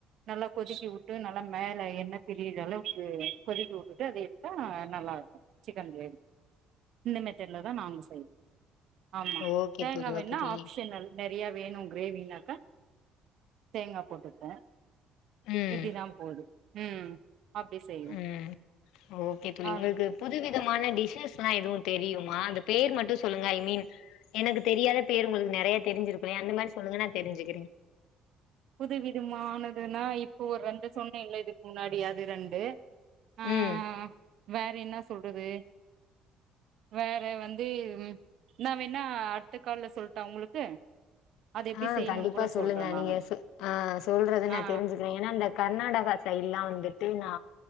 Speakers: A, on the right; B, on the left.
A: நல்லா கொதிக்க உட் டு நல்லா மேல எண்ண பிரிற அளவுக்கு கொதிக்க உட்டுட்டு அத எடுத்தா நல்லா இருக்கு சிக்கன் கிரேவி இந்த மெத்தடுல தா நாங்க செய்வோ ஆமா
B: ஓ ஓகே
A: தேங்கா
B: தோழி
A: வேண்ணா
B: ஓகே தோழி
A: ஆப்ஷனல் நறையா வேணு கிரேவினாக்கா தேங்கா போட்டுக்கு
B: ம்
A: இப்படி தா போது ம் அப்டி செய்வோ
B: ம் ஓகே தோழி
A: ஆ
B: உங்களுக்கு புது விதமான டிஷஸ்லா எதுவு தெரியுமா அந்த பேர் மட்டு சொல்லுங்க ஐ மீன் எனக்கு தெரியாத பேர் உங்களுக்கு நெறைய தெரிஞ்சிருக்கு இல்லயா அந்த மாரி சொல்லுங்க நா தெரிஞ்சுக்கிறே
A: புது விடுமானதுன்னா இப்போ ஒரு ரெண்டு சொன்ன இல்ல இதுக்கு முன்னாடி அது ரெண்டு அ அ
B: ம்
A: அ வேற என்ன சொல்றது வேற வந்து நா வேண்ண அடுத்த கால்ல சொல்ட்டா உங்களுக்கு அது எப்டி
B: அ
A: செய்யணுன்
B: கண்டிப்பா
A: கூட
B: சொல்லுங்க
A: சொல்றே நானு
B: நீங்க ஆ சொல்றது நா
A: ஆ
B: தெரிஞ்சுக்கிறேன் ஏன்னா அந்த கர்நாடகா சைடுலலா வந்துட்டு நா